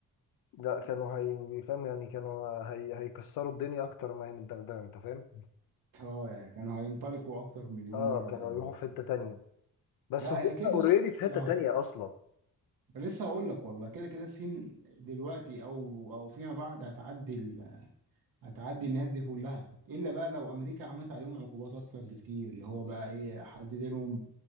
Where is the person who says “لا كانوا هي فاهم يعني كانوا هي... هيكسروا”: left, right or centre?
Left